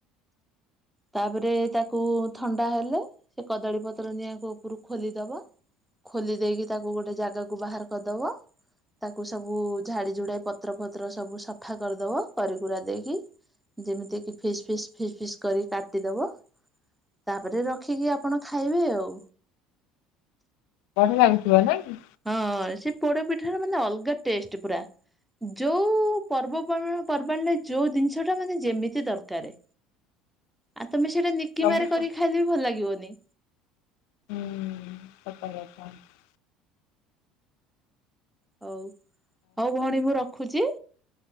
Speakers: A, in the centre; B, on the left.
A: ତାପରେ ତାକୁ ଥଣ୍ଡା ହେଲେ ସେ କଦଳୀ ପତ୍ର ନିଆ ଉପରୁ ଖୋଲିଦବା। ଖୋଲି ଦେଇକି ତାକୁ ଗୋଟେ ଜାଗାକୁ ବାହାର କରିଦବ। ତାକୁ ସବୁ ଝାଡି ଯୁଡାଇ ପତ୍ର ପତ୍ର ସବୁ ସଫା କରିଦବ କରିକୁରା ଦେଇକି। ଯେମିତି କି ଫିସ୍ ଫିସ୍ ଫିସ୍ ଫିସ୍ କରି କାଟିଦବ ତାପରେ ରଖିକି ଆପଣ ଖାଇବେ ଆଉ।
B: ବଢିଆ ଲାଗୁଥିବ ନାଇ
A: ହଁ ସେ ପୋଡପିଠା ର ମାନେ ଅଲଗା ଟେଷ୍ଟ ପୁରା। ଯୋଉ ପର୍ବ ପର୍ବା ପର୍ବାଣରେ ଯୋଉ ଜିନିଷ ଟା ମାନେ ଯେମିତି ଦରକାରେ ଆଉ ତମେ ସେଇଟା ନିକି
B: ସବୁ
A: ମାରେ କରିକି ଖାଇଲେ ବି ଭଲ ଲାଗିବନି।
B: <unintelligible>
A: ହଉ ହଉ ଭଉଣୀ ମୁଁ ରଖୁଛି।